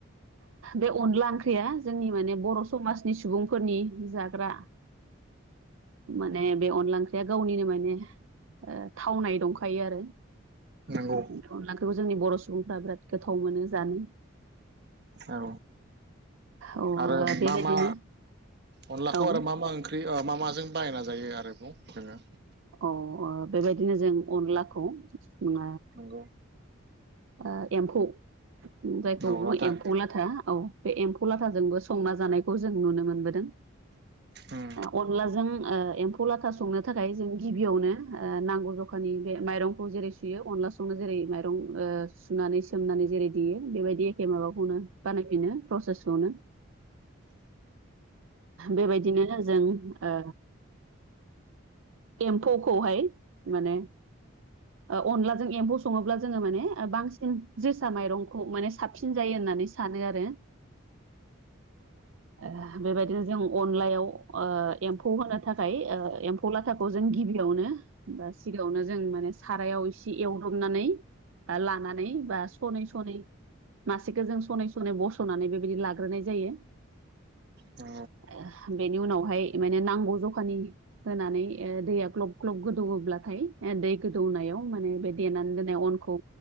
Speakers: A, on the right (about 70°); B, on the right (about 50°).
A: बे अनला ओंख्रिया जोंनि माने बर' समाजनि सुबुंफोरनि जाग्रा माने बे अनला ओंख्रिया गावनिनो माने थावनाय दंखायो आरो।
B: नंगौ
A: बे अनलाखौ जोंनि बर' सुबुंफ्रा बिराद गोथाव मोनो जानो।
B: औ
A: औ ओ
B: आरो
A: बेबायदिनो
B: मा मा अनलाखौ
A: औ
B: आरो मा मा ओंख्रि ओ मा माजों बायना जायो आरोबाव जोङो?
A: अ ओ बेबायदिनो जों अनलाखौ ओ
B: नंगौ
A: ओ एम्फौ जायखौ
B: औ
A: बो
B: नाथाय
A: एम्फौ लाथा औ बे एम्फौ लाथाजों बो संना जानायखौ जों नुनो मोनबोदों।
B: ओम
A: ओ अनलाजों ओ एम्फौ लाथा संनो थाखाय जों गिबियावनो ओ नांगौ जखानि बे माइरं खौ जेरै सुयो अनला संनो जेरै माइरं ओ सुनानै सोमनानै जेरै देयो बेबायदि एखे माबाखौनो बानायफिनो प्रसेसखौनो। बेबायदिनो जों ओ एम्फौखौहाय माने ओ अनलाजों एम्फौ सङोब्ला जोङो माने ओ बांसिन जोसा माइरंखौ माने साबसिन जायो होननानै सानोमोन सानो आरो। ओ बेबायदिनो जों अनलायाव ओ एम्फौ होनो थाखाय ओ एम्फ फौ लाथाखौ जों गिबियावनो बा सिगाङावनो जों माने सारायाव एसे एवदबनानै लानानै बा सनै सनै मासेखौ जों सनै सनै बस'नानै बेबायदि लाग्रोनाय जायो।
B: अ।
A: ओ बेनि उनावहाय माने नांगौ जखानि होनानै ओ दैया ग्लब ग्लब गोदौयोब्लाथाय दै गोदौनायाव माने बे देनानै दोननाय अनखौ